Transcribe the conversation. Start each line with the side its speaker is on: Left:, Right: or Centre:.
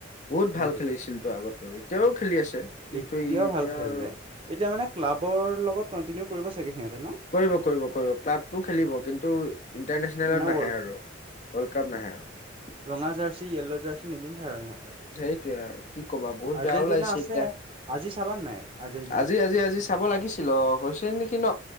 Left: বহুত
Right: সেইটোৱে
Left: ভাল খেলিছিল। এতিয়াও খেলি আছে। কিন্তু
Right: এতিয়াও
Left: ই এতিয়া
Right: ভাল খেলে,
Left: আৰু
Right: এতিয়া মানে ক্লাবৰ লগত কন্‌টিনিউ কৰিব চাগে সিহঁতে ন?
Left: কৰিব, কৰিব, কৰিব ক্লাবটো খেলিব কিন্তু ইণ্টাৰনেচনেলত
Right: মানে
Left: নাহে
Right: ৱৰ্ল্ড
Left: আৰু ৱৰ্ল্ড কাপ নাহে আৰু।
Right: ৰঙা জাৰ্চি য়েল্ল' জাৰ্চি নিপিন্ধে আৰু সিহঁতে
Left: সেইটোৱে আৰু কি কবা বহুত
Right: আৰ্জেণ্টিনা
Left: বেয়াও লাগিছে
Right: আছে
Left: এতিয়া।
Right: আজি চাবানে নাই? আৰ্জেণ্ট
Left: আজি, আজি, আজি চাব লাগিছিল অ', হৈছে নেকি ন?